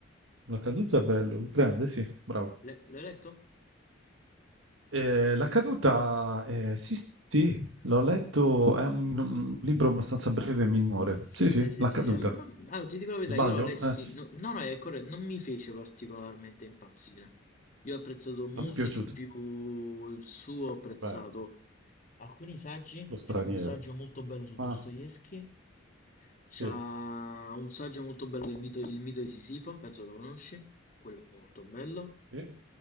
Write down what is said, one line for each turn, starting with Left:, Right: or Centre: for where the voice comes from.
Right: La caduta è bello, grande, sì, bravo.
Left: Le- L'hai letto?
Right: Eh, la caduta, eh, sì, sì, l'ho letto, è un, un libro abbastanza breve e minore.
Left: Sì,
Right: Sì, sì,
Left: sì, sì,
Right: La
Left: sì.
Right: caduta.
Left: Ehm, non- allora, ti dico la verità,
Right: Sbaglio?
Left: io lo lessi,
Right: Eh,
Left: no, no, no, è corretto, non mi fece particolarmente impazzire. Io ho apprezzato molto
Right: a me è piaciuto.
Left: di più il suo, ho apprezzato
Right: Vabbè,
Left: alcuni saggi,
Right: lo straniero.
Left: c'è un saggio molto bello su
Right: Ah,
Left: Dostoevsky, c'è
Right: sì,
Left: un saggio molto bello del mito, il mito di Sisifo, penso che lo conosci, quello è molto bello.
Right: sì,